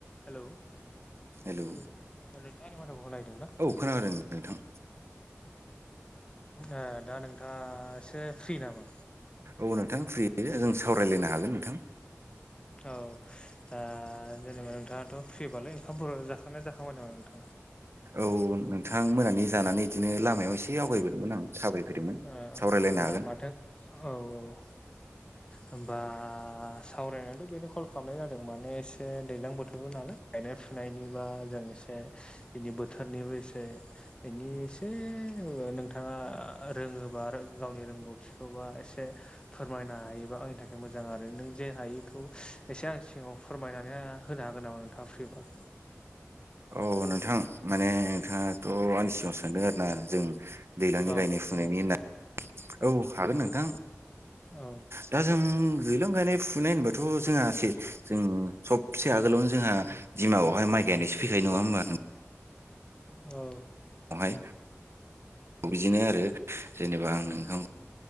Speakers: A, on the left; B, on the right.
A: Hello.
B: Hello.
A: नोंथांआ आनि माथोखौ खोनाहैदों ना।
B: औ खोनादों नोंथां।
A: ओ दा नोंथाङा एसे फ्रि नामा?
B: औ नोंथां फ्रि जों सावरायलायनो हागोन नोंथां।
A: औ दा जेनेबा नोंथाङाथ' फ्रिबालाय ओंखामफोराव जाखांनाय जाखांबाय नामा नोंथां।
B: औ नोंथां मोनानि जानानै बिदिनो लामायाव एसे आवगायबोदोंमोन। साबाय फैदोंमोन
A: ओ
B: सावरायलायनो
A: ओ माथो औ औ। होमबा सावरायनायनानैथ' बेनो कल खालामनाय जादों माने एसे दैज्लां बोथोरबो नालाय गायनाय फुनायनिबा जों एसे बेनि बोथोरनिबोसे बेनि एसे नोंथाङा रोङोबा आरो गावनि रोंगौथिखौबा एसे फोरमायनो हायोबा आंनि थाखाय मोजां आरो नों जे हायैखौ एसे आं सिङाव फोरमायनानै होनो हागोन नामा नोंथाङा फ्रिबा
B: औ नोंथां माने नोंथाङाथ' आनि सिङाव सोंदों आरोना जों दैज्लांनि
A: औ
B: गायनाय फुनायनि
A: औ
B: होन औ हागोन नोंथां।
A: औ
B: दा जों दैलां गायनाय फुनाय होनबाथ' जोंहा एसे जों सबसे आगोलावनो जोंहा बिमायाव हाय गायनायसो फैखायो नङा होमबा?
A: औ
B: हाय बिदिनो आरो जेनेबा आं ओंखाम